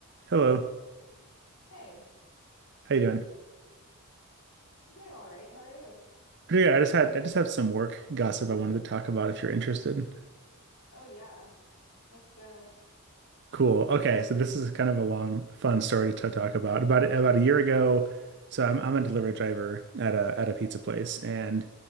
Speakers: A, on the right (about 50°); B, on the left (about 80°).
A: Hello.
B: Hey, I'm
A: How you doing?
B: doing all right. How are you?
A: Pretty good. I just had I just have some work gossip I wanted to talk about if you're interested.
B: Oh yeah, let's go.
A: Cool. Okay, so this is kind of a long, fun story to talk about. About about a year ago, so I'm I'm a delivery driver at a at a pizza place, and